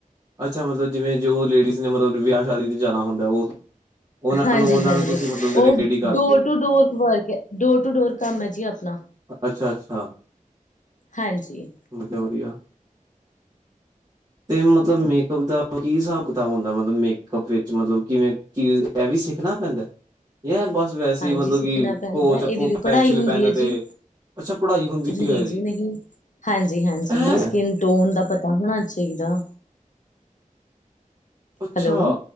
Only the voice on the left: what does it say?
ਹਾਂਜੀ-ਹਾਂਜੀ
ਉਹ
ਡੋਰ
ਟੂ ਡੋਰ ਵਰਕ ਹੈ, ਡੋਰ ਟੂ ਡੋਰ ਕੰਮ ਹੈ ਜੀ ਆਪਨਾ।
ਹਾਂਜੀ
ਹਾਂਜੀ
ਸਿੱਖਣਾ
ਪੈਂਦਾ
ਇਹਦੀ ਵੀ
ਪੜ੍ਹਾਈ ਹੁੰਦੀ
ਹੈ
ਜੀ।
ਨਹੀਂ
ਜੀ ਨਹੀਂ, ਹਾਂਜੀ ਹਾਂਜੀ
ਸਕਿਨ ਟੋਨ ਦਾ ਪਤਾ ਹੋਣਾ ਚਾਹੀਦਾ।
ਹੈਲੋ,